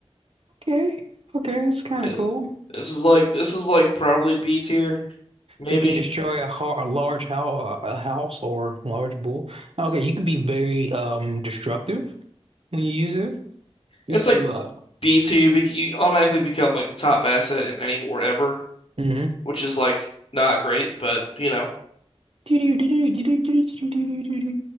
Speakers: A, on the right (about 65°); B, on the left (about 60°).
A: okay, okay, it's kind
B: Uh,
A: of cool.
B: this is like this is like probably B tier, maybe.
A: It can destroy a, har a large how a house or large bull. Okay, you can be very um destructive when you use it. This
B: It's
A: is
B: like
A: uh,
B: B tier. You, bec- You automatically become like the top asset in any war ever,
A: mhm.
B: which is like not great, but you know.
A: It's